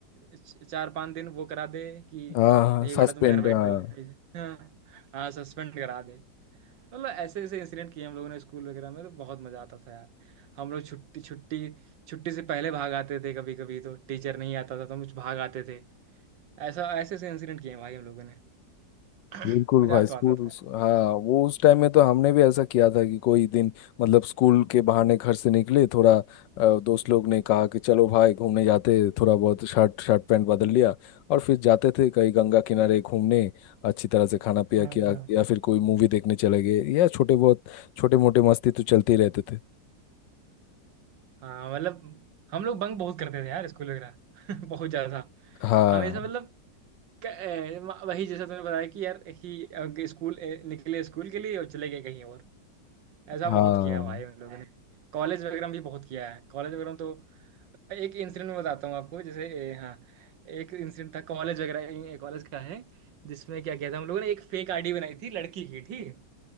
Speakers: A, on the right; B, on the left.
A: च- चार पांच दिन वो करा दे कि
B: हाँ
A: नहीं
B: सस्पेंड
A: बेटा तुम घर बैठो
B: हाँ suspend, हाँ।
A: हाँ हाँ सस्पेंड करा दे मतलब ऐसे ऐसे इंसिडेंट किए हम लोगों ने स्कूल वगैरह में तो बहुत मजा आता था यार हम लोग छुट्टी छुट्टी छुट्टी से पहले भाग आते थे कभी कभी तो टीचर नहीं आता था तो हम भाग आते थे ऐसा ऐसे ऐसे इंसिडेंट किए हैं भाई हम लोगों ने <clears throat>
B: बिल्कुल
A: मजा
B: भाई
A: तो
B: स्कूल
A: आता था यार।
B: हाँ वो उस टाइम में तो हमने भी ऐसा किया था कि कोई दिन मतलब स्कूल के बहाने घर से निकले थोड़ा अ, दोस्त लोग ने कहा कि चलो भाई घूमने जाते हैं, थोड़ा बहुत शर्ट शर्ट पैंट बदल लिया और फिर जाते थे कहीं गंगा किनारे घूमने अच्छी तरह से खाना पिया
A: हाँ
B: किया या फिर कोई मूवी देखने चले गए या छोटे बहुत छोटे मोटे मस्ती तो चलते ही रहते थे
A: हाँ मतलब हम लोग बंक बहुत करते थे यार स्कूल वगैरह <laughs> बहुत ज्यादा
B: हाँ
A: हमेशा मतलब क- ए, वही जैसा तुमने बताया कि यार ही अ, स्कूल ए, निकले स्कूल के लिए और चले गए कहीं और ऐसा
B: हाँ
A: बहुत किया है भाई हम लोगों ने कॉलेज वगैरह में भी बहुत किया है कॉलेज वगैरह में तो एक इंसिडेंट मैं बताता हूँ आपको जैसे ए, हाँ एक इंसिडेंट था कॉलेज वगैरह कॉलेज का है जिसमें क्या किया था हम लोगों ने एक फेक आईडी बनाई थी लड़की की ठीक है?